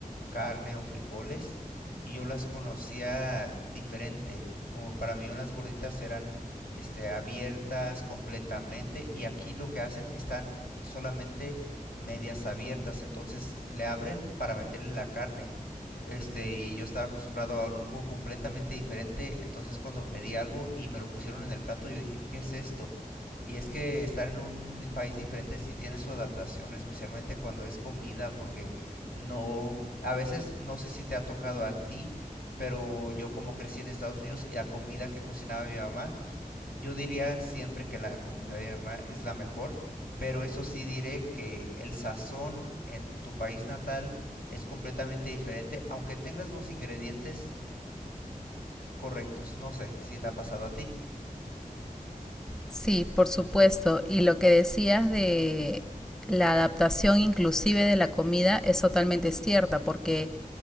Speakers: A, on the left; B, in the centre.
A: carne o frijoles y yo las conocía diferente. Para mí unas gorditas eran este abiertas completamente y aquí lo que hacen están solamente medias abiertas, entonces le abren para meterle la carne. Este, y yo estaba acostumbrado a algo completamente diferente, entonces cuando pedí algo y me lo pusieron en el plato, yo dije, ¿qué es esto? Y es que estar en un país diferente sí tiene su adaptación, especialmente cuando es comida, porque no, a veces no sé si te ha tocado a ti, pero yo como crecí en Estados Unidos y la comida que cocinaba mi mamá, yo diría siempre que la comida de mi mamá es la mejor, pero eso sí diré que el sazón en tu país natal es completamente diferente, aunque tengas los ingredientes correctos. No sé si te ha pasado a ti.
B: Sí, por supuesto. Y lo que decías de la adaptación inclusive de la comida es totalmente cierta, porque